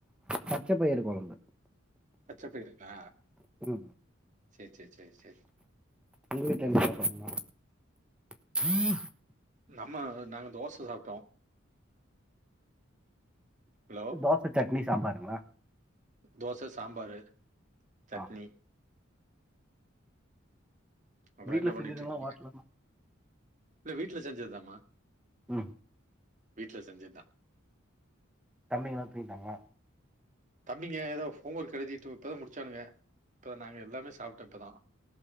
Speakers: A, in the centre; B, on the right.
A: பச்ச பயிர் கொழம்பு
B: பச்சப்பயிருங்ளா
A: ம்
B: சே சே சே சேர்
A: உங் வீட்ல என்ன சாப்பாடுங்னா <unintelligible>
B: நம்ம நாங்க தோச சாப்ட்டோ ஹலோ
A: தோச சட்னி சாம்பாருங்ளா
B: தோச சாம்பாரு சட்னி
A: ஆ
B: அப்றோ
A: வீட்ல
B: என்ன பண்ணிட்ருக்கீங்க
A: செஞ்சதுங்கலா ஹோட்டலண்ணா
B: இல்ல வீட்ல செஞ்செதுதாமா
A: ம்
B: வீட்ல செஞ்சத்தா
A: தம்பிங்கல்லா தூங்கிட்டாங்க
B: தம்பிங்க எதே ஃபூஒர்க் எழுதி து இப்பதா முடிச்சானுங்கா இப்பாதா நாங்க எல்லாமே சாப்ட்ட இப்பாத